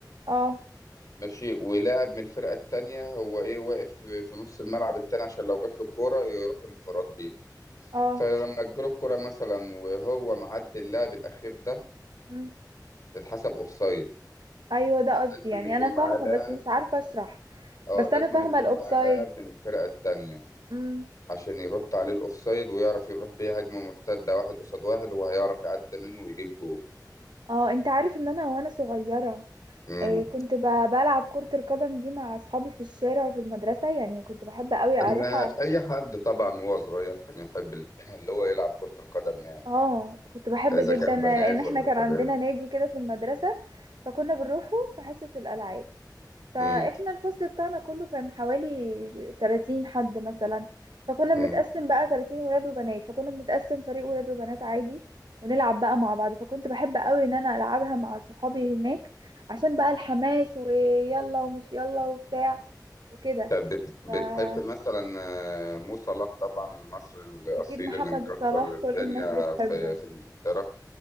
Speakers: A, on the right (about 80°); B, on the left (about 50°).
A: اه
B: ماشي ولاعب من الفرقة التانية هو ايه واقف في نص الملعب التاني عشان لو جات له الكورة يروح انفراد بيها
A: اه
B: فلما تجيله الكورة مثلا وهو معدي اللاعب الأخير ده
A: مم.
B: تتحسب اوفسايد
A: ايوه ده قصدي
B: لازم
A: يعني
B: يكون
A: انا فاهمة
B: معاه لاعب
A: بس مش عارفة اشرح
B: اه
A: بس
B: لازم
A: انا فاهمة
B: يكون
A: الاوفسايد
B: معاه لاعب من الفرقة التانية
A: امم
B: عشان يرد عليه الأوفسايد ويعرف يروح بيه هجمة مرتدة واحد قصاد واحد هو هيعرف يعدي منه ويجيب جول
A: اه انت عارف ان انا وانا صغيرة
B: مم.
A: آه، كنت ب- بلعب كرة القدم دي مع اصحابي في الشارع وفي المدرسة يعني كنت بحب قوي اروح
B: إن أي حد طبعا وهو صغير كان يحب ال- <clears throat> اللي هو يلعب كرة القدم يعني
A: اه كنت بحب
B: إذا
A: جدا
B: كان
A: لان
B: بنات
A: احنا
B: ولا
A: كان
B: شباب
A: عندنا نادي كده في المدرسة فكنا بنروحه في حصة الالعاب فاحنا
B: مم.
A: الفصل بتاعنا كله كان حوالي 30 حد مثلا فكنا
B: مم.
A: بنتقسم بقى 30 ولاد وبنات فكنا بنتقسم فريق ولاد وبنات عادي ونلعب بقى مع بعض فكنت بحب قوي ان انا العبها مع صحابي هناك عشان بقى الحماس ويلا ومش يلا وبتاع وكده
B: طب بت- بتحب
A: فاكيد
B: مثلا آه، مو صلاح طبعا المصري الأصيل
A: محمد
B: اللي مكسر
A: صلاح
B: الدنيا
A: كل الناس بتحبه
B: في في إنجلترا